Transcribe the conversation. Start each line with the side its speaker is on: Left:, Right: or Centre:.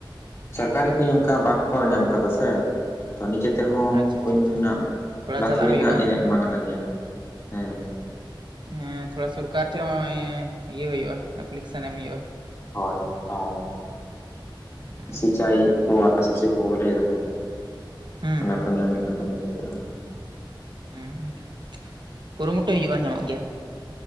Left: ᱥᱚᱨᱠᱟᱨᱤ ᱠᱩᱧ ᱱᱚᱝᱠᱟ ᱵᱟᱝ ᱠᱚ ᱧᱟᱢ ᱠᱟᱫᱟ ᱥᱮ ᱛᱚ ᱱᱤᱡᱮ ᱛᱮᱦᱚᱸ
Right: ᱟᱪᱪᱷᱟ
Left: ᱠᱩᱧ
Right: ᱟᱪᱪᱷᱟ ᱟᱪᱪᱷᱟ
Left: ᱱᱟᱦᱟᱜ
Right: ᱛᱷᱚᱲᱟ
Left: ᱞᱟ
Right: ᱪᱟᱞᱟᱜ
Left: ᱛᱷᱩᱲᱤ
Right: ᱦᱩᱭᱩᱜᱼᱟ
Left: ᱱᱟᱦᱟᱜ ᱩᱱᱟᱹᱜ ᱢᱟᱜᱱᱟ
Right: ᱦᱮᱸ
Left: ᱜᱮᱭᱟ ᱦᱮᱸ
Right: ᱦᱮᱸ ᱛᱷᱚᱲᱟ ᱥᱚᱨᱠᱟᱨ ᱴᱷᱮᱱ ᱦᱚᱸ ᱤᱭᱟᱹ ᱦᱩᱭᱩᱜᱼᱟ᱾ ᱮᱯᱞᱤᱠᱮᱥᱚᱱ ᱮᱢ ᱦᱩᱭᱩᱜᱼᱟ᱾
Left: ᱦᱳᱭ ᱦᱚᱸ
Right: ᱦᱮᱸ
Left: ᱥᱮᱪᱟᱭ ᱠᱚᱣᱟ ᱥᱮ ᱪᱮᱫ ᱠᱚ ᱞᱟᱹᱭ ᱜᱮᱫᱚᱠᱚ
Right: ᱦᱮᱸ
Left: ᱚᱱᱟ
Right: ᱦᱮᱸ
Left: ᱠᱚ ᱧᱟᱢ ᱞᱮᱠᱷᱟᱱ ᱫᱚ ᱵᱷᱟᱜᱤ ᱠᱚᱜ-ᱟ᱾
Right: ᱦᱩᱸ ᱠᱩᱨᱩ ᱢᱩᱴᱩᱭ ᱦᱩᱭᱩᱜ-ᱟ ᱧᱟᱢᱚᱜ ᱜᱮᱭᱟ᱾